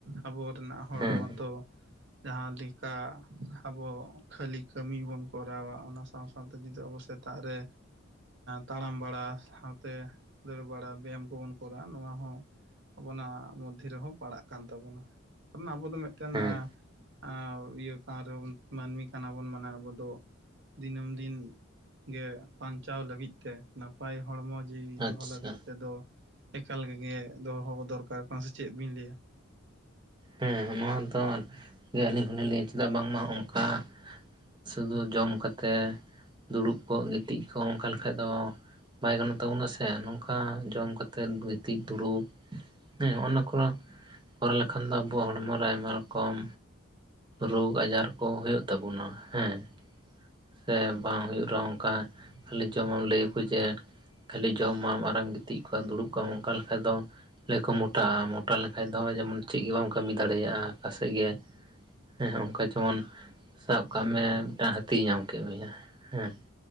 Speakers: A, on the right; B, on the right.
A: ᱟᱵᱚ ᱨᱮᱱᱟᱜ ᱦᱚᱲᱢᱚ
B: ᱦᱮᱸ
A: ᱛᱚ ᱡᱟᱦᱟᱸ ᱞᱮᱠᱟ ᱟᱵᱚ ᱠᱷᱟᱹᱞᱤ ᱠᱟᱹᱢᱤ ᱵᱚᱱ ᱠᱚᱨᱟᱣᱟ ᱚᱱᱟ ᱥᱟᱶ ᱥᱟᱶᱛᱮ ᱡᱩᱫᱤ ᱟᱵᱚ ᱥᱮᱛᱟᱜ ᱨᱮ ᱛᱟᱲᱟᱢ ᱵᱟᱲᱟ ᱥᱟᱶᱛᱮ ᱫᱟᱹᱲ ᱵᱟᱲᱟ ᱵᱮᱭᱟᱢ ᱠᱚᱵᱚᱱ ᱠᱚᱨᱟᱣᱟ ᱱᱚᱣᱟ ᱦᱚᱸ ᱟᱵᱚᱱᱟᱜ ᱢᱚᱫᱽᱫᱷᱮ ᱨᱮᱦᱚᱸ ᱯᱟᱲᱟᱜ ᱠᱟᱱ ᱛᱟᱵᱚᱱᱟ ᱟᱵᱚ ᱫᱚ ᱢᱤᱫᱴᱮᱱ
B: ᱦᱮᱸ
A: ᱟᱣ ᱤᱭᱟᱹ ᱠᱟᱱ ᱨᱮᱦᱚ ᱵᱚᱱ ᱢᱟᱹᱱᱢᱤ ᱠᱟᱱᱟ ᱵᱚᱱ ᱢᱟᱱᱮ ᱟᱵᱚ ᱫᱚ ᱫᱤᱱᱟᱹᱢ ᱫᱤᱱ ᱜᱮ ᱵᱟᱧᱪᱟᱣ ᱞᱟᱹᱜᱤᱫ ᱛᱮ ᱱᱟᱯᱟᱭ ᱦᱚᱲᱢᱚ ᱡᱤᱣᱤ
B: ᱟᱪᱪᱷᱟ
A: ᱫᱚᱦᱚ ᱞᱟᱹᱜᱤᱫ ᱛᱮᱫᱚ ᱮᱠᱟᱞ ᱜᱮ ᱫᱚᱦᱚ ᱫᱚᱨᱠᱟᱨ ᱠᱟᱱᱟ ᱥᱮ ᱪᱮᱫ ᱵᱤᱱ ᱞᱟᱹᱭᱟ
B: ᱦᱮᱸ ᱦᱮᱸ ᱱᱚᱣᱟ ᱫᱚ ᱟᱹᱞᱤᱧ ᱦᱚᱸᱞᱤᱧ ᱞᱟᱹᱭᱟ ᱪᱮᱫᱟᱜ ᱵᱟᱝᱢᱟ ᱚᱱᱠᱟ ᱥᱩᱫᱷᱩ ᱡᱚᱢ ᱠᱟᱛᱮᱫ ᱫᱩᱲᱩᱵ ᱠᱚᱜ ᱜᱤᱛᱤᱡ ᱠᱚᱜ ᱚᱱᱠᱟ ᱞᱮᱠᱷᱟᱡ ᱫᱚ ᱵᱟᱭ ᱜᱟᱱᱚᱜ ᱛᱟᱵᱚᱱᱟ ᱥᱮ ᱱᱚᱝᱠᱟ ᱡᱚᱢ ᱠᱟᱛᱮᱫ ᱜᱤᱛᱤᱡ ᱫᱩᱲᱩᱵ ᱦᱮᱸ ᱱᱚᱦᱼᱚ ᱱᱟ ᱠᱚᱨᱟᱣ ᱠᱚᱨᱟᱣ ᱞᱮᱠᱷᱟᱱ ᱫᱚ ᱟᱵᱚᱣᱟᱜ ᱦᱚᱲᱢᱚ ᱟᱭᱢᱟ ᱨᱚᱠᱚᱢ ᱨᱳᱜᱽ ᱟᱡᱟᱨ ᱠᱚ ᱦᱳᱭᱳᱜ ᱛᱟᱵᱚᱱᱟ ᱦᱮᱸ ᱥᱮ ᱵᱟᱝ ᱦᱩᱭᱩᱜ ᱨᱮᱦᱚᱸ ᱚᱱᱠᱟ ᱠᱷᱟᱹᱞᱤ ᱡᱚᱢᱟᱢ ᱞᱟᱹᱭ ᱟᱠᱚ ᱡᱮ ᱠᱷᱟᱹᱞᱤ ᱡᱚᱢᱟᱢ ᱟᱨᱮᱢ ᱜᱤᱛᱤᱡ ᱠᱚᱣᱟ ᱫᱩᱲᱩᱵ ᱠᱚᱜ ᱟᱢ ᱚᱱᱠᱟ ᱞᱮᱠᱟ-ᱡ ᱫᱚ ᱞᱟᱹᱭ ᱟᱠᱚ ᱢᱚᱴᱟᱜᱼᱟ ᱢᱚᱴᱟ ᱞᱮᱱᱠᱷᱟᱡ ᱫᱚ ᱡᱮᱢᱚᱱ ᱪᱮᱫ ᱜᱮ ᱵᱟᱢ ᱠᱟᱹᱢᱤ ᱫᱟᱲᱮᱭᱟᱜᱼᱟ ᱚᱠᱟ ᱥᱮᱫ ᱜᱮ ᱦᱮᱸ ᱚᱱᱠᱟ ᱡᱮᱢᱚᱱ ᱥᱟᱵ ᱠᱟᱜ ᱢᱮ ᱢᱤᱫᱴᱟᱝ ᱦᱟᱹᱛᱤᱭ ᱧᱟᱢ ᱠᱮᱫ ᱢᱮᱭᱟ ᱦᱮᱸ